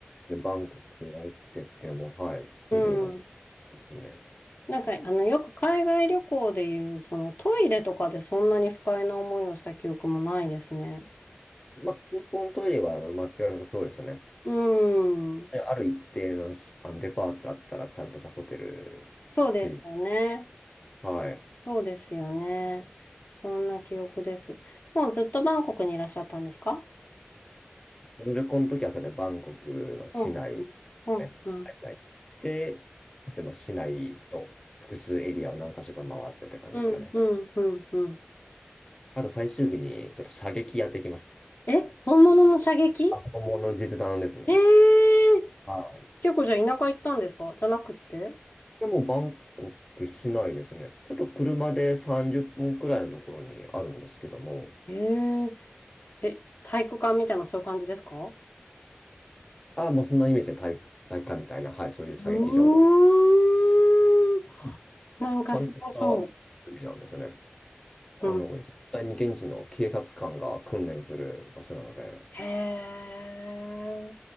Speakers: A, on the left; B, on the left.
A: で、バンコクのんですけども、はい、綺麗だっ
B: うん。
A: たですね。
B: なんか、あの、よく海外旅行でいう、そのトイレとかでそんなに不快な思いをした記憶もないですね。
A: まあ、空港のトイレは間違いなくそうですね。
B: うん。
A: である一定の、あのデパートだったら、ちゃんとしたホテルつい、
B: そうですよね。
A: はい。
B: そうですよね。そんな記憶です。もうずっとバンコクにいらっしゃったんですか
A: その旅行の時は、そうですねバンコクの市内ですかね。
B: うん。うん。うん。
A: はい市内行って、そしてまあ市内の複数エリアを何箇所か回ってって感じですかね。
B: うん。うん。うん。うん
A: あと最終日に、ちょっと射撃やってきました。
B: え、本物の射撃
A: あ、本物の実弾ですね。
B: ええー。
A: はい
B: 結構じゃあ田舎行ったんですかじゃなくって
A: や、もうバンコク市内ですね。ちょっと車で30分くらいのところにあるんですけども、
B: ええー。え、体育館みたいなそういう感じですか
A: あまあ、もうそんなイメージで体、体育館みたいな、はい、そういう射撃場の、
B: うーん。
A: うん
B: なんかすごそ
A: ちゃんとした設備なんですね。
B: う。
A: あの、
B: うん。
A: 実際に現地の警察官が訓練する場所なので、
B: へえ。